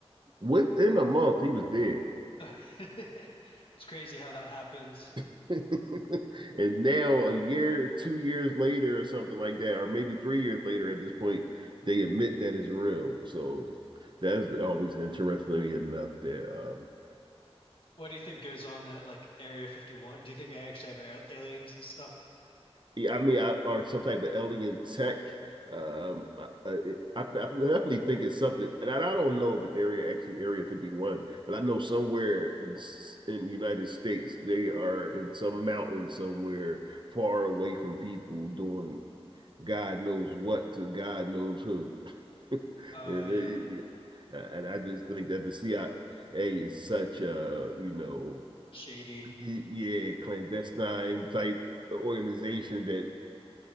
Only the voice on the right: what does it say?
Within a month, he was dead.
<laughs> and now a year, two years later, or something like that, or maybe three years later at this point, they admit that it's real. So that's always interesting enough that um,
yeah, I mean, I, or some type of alien tech. Um, I, I, I definitely think it's something, and I, I don't know if it's area actually Area Fifty One, but I know somewhere in s- in United States they are in some mountain somewhere far away from people doing God knows what to God knows who, <laughs> and
it, and I just think that the CIA is such a you know
yeah clandestine type organization that